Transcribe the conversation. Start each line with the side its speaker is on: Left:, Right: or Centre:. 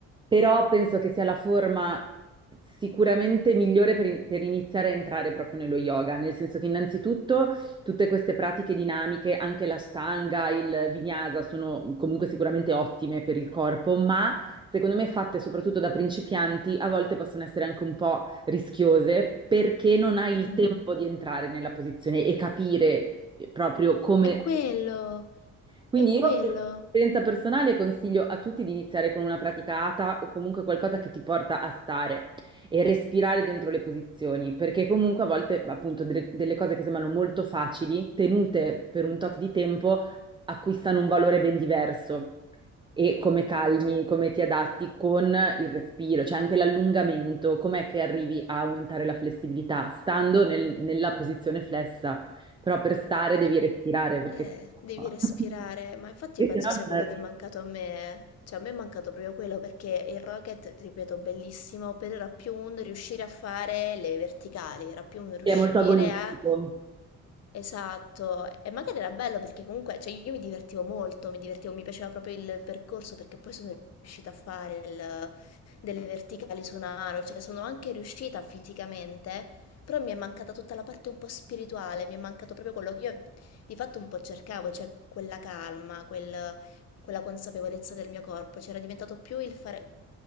Right: però penso che sia la forma sicuramente migliore per, in- per iniziare a entrare proprio nello yoga, nel senso che innanzitutto tutte queste pratiche dinamiche, anche la stanga, il vinyasa, sono comunque sicuramente ottime per il corpo, ma secondo me fatte soprattutto da principianti a volte possono essere anche un po' rischiose perché non hai il
Left: Mm.
Right: tempo di entrare nella posizione e capire proprio come...
Left: è quello,
Right: Quindi
Left: è quello.
Right: io, per esperienza personale, consiglio a tutti di iniziare con una pratica ATA o comunque qualcosa che ti porta a stare e respirare dentro le posizioni, perché comunque a volte, appunto, delle, delle cose che sembrano molto facili, tenute per un tot di tempo, acquistano un valore ben diverso. E come calmi, come ti adatti con il respiro, cioè anche l'allungamento, com'è che arrivi a aumentare la flessibilità? Stando nel- nella posizione flessa. Però per stare devi respirare perché
Left: Eh,
Right: sennò,
Left: devi
Right: <laughs>
Left: respirare, ma infatti
Right: perché
Left: io penso
Right: sennò
Left: sia
Right: non
Left: quello
Right: arrivi.
Left: che è mancato a me. eh. Cioè, a me è mancato proprio quello perché il rocket, ripeto, bellissimo, però era più un riuscire a fare le verticali, era più un riuscire
Right: È molto agonistico.
Left: a Esatto, e magari era bello perché comunque, cioè io mi divertivo molto, mi divertivo, mi piaceva proprio il percorso perché poi sono riuscita a fare il- delle verticali su una mano, cioè sono anche riuscita fisicamente, però mi è mancata tutta la parte un po' spirituale, mi è mancato proprio quello che io di fatto un po' cercavo, cioè quella calma, quel- quella consapevolezza del mio corpo, c'era diventato più il fare...